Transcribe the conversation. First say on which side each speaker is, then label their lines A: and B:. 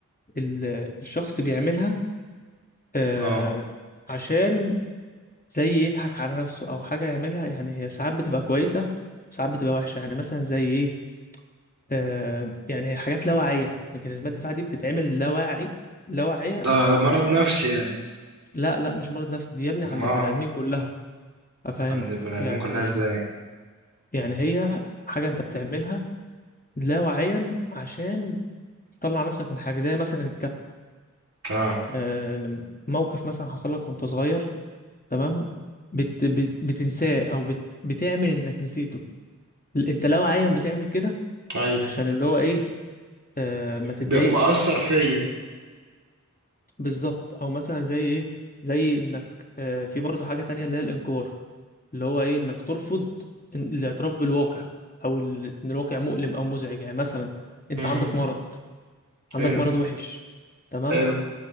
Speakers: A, on the left; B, on the right.
A: ال- الشخص بيعملها آه،
B: اه
A: عشان زي يضحك على نفسه او حاجه يعملها يعني هي ساعات بتبقى كويسه ساعات بتبقى وحشه يعني مثلا زي ايه آه، يعني هي حاجات لا واعيه ميكانيزمات الدفاع دي بتتعمل لا واعي لا واعيه
B: ده مرض نفسي يعني
A: لا لا مش مرض نفسي دي يا ابني
B: ما
A: عند البني ادمين كلها افهمك
B: عند البني ادمين
A: يعني
B: كلها ازاي
A: يعني هي حاجه انت بتعملها لا واعيا عشان تطلع نفسك من حاجه زي مثلا الكت
B: اه
A: آه، موقف مثلا حصل لك وانت صغير تمام بت بت بتنساه او بت بتعمل انك نسيته ل- انت لو عيان بتعمل كده
B: ايوه
A: عشان اللي هو ايه آه ما تتضايقش
B: ده مأثر فيا
A: بالظبط او مثلا زي ايه زي انك آه في برضه حاجة تانية اللي هي الانكار اللي هو ايه انك ترفض إن- الاعتراف بالواقع او ال- ان الواقع مؤلم او مزعج يعني مثلا انت
B: امم
A: عندك مرض
B: حلو
A: عندك مرض وحش تمام
B: حلو